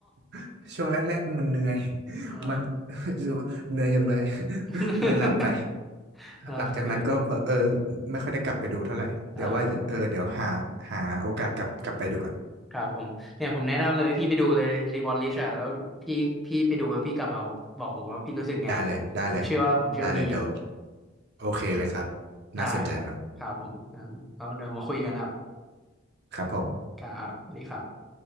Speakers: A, on the right; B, in the centre.
A: <laughs> ช่วงแรกๆมันเหนื่อย <laughs>
B: อ๋อ
A: มัน <laughs> รู้สึกว่าเหนื่อยจังเลย <laughs>
B: <laughs>
A: เลยหลับไป
B: โอเค
A: หลังจากนั้นก็เออไม่ค่อยได้กลับไปดูเท่าไหร่เดี๋ยวว่าเออเดี๋ยวหาหาโอกาสกลับกลับไปดูก่อน
B: อ่าครับผมเนี่ยผมแนะนำเลยพี่ไปดูเลย Reborn Rich อะแล้วพี่พี่ไปดูแล้วพี่กลับมาบอกผมว่าพี่รู้สึกไง
A: ได้เลยได้เลย
B: ผมเชื่อว่าผมเชื่อว่าดี
A: ได้เลยเดี๋ยวโอเคเลยครับ
B: ได้ครับครับผมอ่าแล้วเดี๋ยวมาคุยกันครับ
A: น่าสนใจมากครับผม
B: ครับสวัสดีครับ